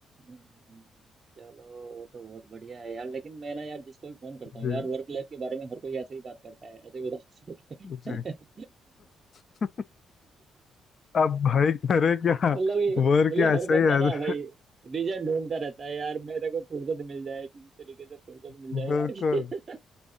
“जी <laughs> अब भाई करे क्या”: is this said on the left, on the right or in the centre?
Left